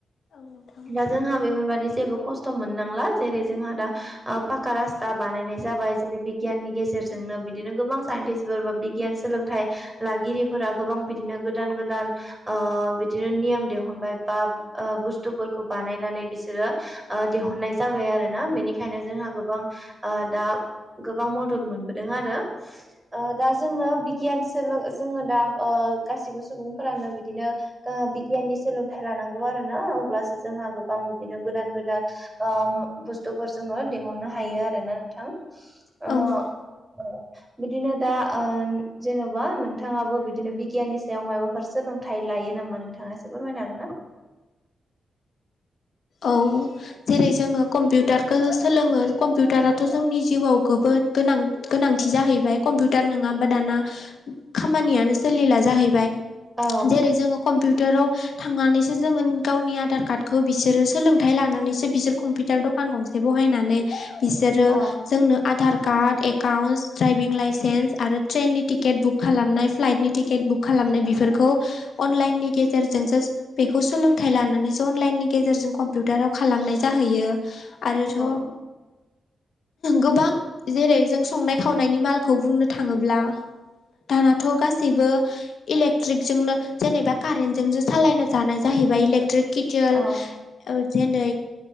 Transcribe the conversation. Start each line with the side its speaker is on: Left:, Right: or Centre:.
Left: औ नोंथां।
Right: दा जोंहा बेफोरबाददि जेबो खस्थ' मोननांला जेरै जोंहा दा ओ पाखा रासता बानायनाय जाबाय जेरै बिगियाननि गेजेरजोंनो बिदिनो गोबां साइन्टिस सोरबा बिगियान सोलोंथाइ लागिरिफोरा गोबां बिदिनो गोदान गोदान ओ बिदिनो नियम दिहुनबाय बा ओ बुस्थुफोरखौ बानायनानै बिसोरो ओ दिहुननाय जाबाय आरोना बेनिखायनो जोंहा गोबां ओ दा गोबां मदद मोनबोदों आरो ओ दा जोंनो बिगियान सोल जोङो दा ओ गासिबो सुबुंफोरानो बिदिनो ओ बिगियाननि सोलोंथाइ लानांगौ आरोना अब्लासो जोंहा गोबां बिदि गोदान गोदान ओम बुस्थुफोर जोङो दिहुननो हायो आरोना नोंथां ओ
Left: औ
Right: बिदिनो दा ओ जेन'बा नोंथाङाबो बिदिनो बिगियाननि सायाव माइबा फोर सोलोंथाइ लायो नामा नोंथाङा एसे फोरमायनो हागोन ना
Left: औ जेरै जोङो कम्पिउटारखौ सोलोङो कम्पिउटाराथ' जोंनि जिउआव गोबोद गोनां गोनांथि जाहैबाय कम्पिउटार नङाबा दाना खामानियानो सोलिला जाहैबाय
Right: औ
Left: जेरै जोङो कम्पिउटाराव थांनानैसो जोङो गावनि आधार कार्डखौ बिस बिसोर सोलोंथाइ लानानैसो बिसोर कम्पि तार दखान गंसे बहायनानै बिसोरो
Right: औ
Left: जोंनो Aadhaar card accounts, driving licence आरो ट्रेननि टिकेट बुक खालामनाय फ्लाइटनि टिकेट बुक खालामनाय बेफोरखौ अनलाइननि गेजेरजोंसो बेखौ सोलोंथाइ लानानैसो अनलाइनि गेजेरजों कम्पिउटाराव खालामनाय जाहैयो आरोथ'
Right: औ
Left: गोबां जेरै जों संनाय खावनायनि मालखौ बुंनो थाङोब्ला दानाथ' गासैबो इलेकट्रिक जोंनो जेनेबा कारेन्टजोंसो सालायनो जानाय जाहैबाय इलेकट्रिक के थि अ
Right: औ औ
Left: औ जेनै